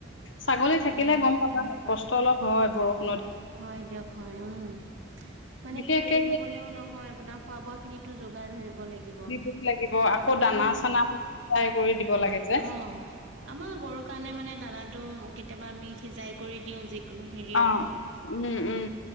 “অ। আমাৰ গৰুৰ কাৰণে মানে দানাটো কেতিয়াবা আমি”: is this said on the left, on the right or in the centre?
Right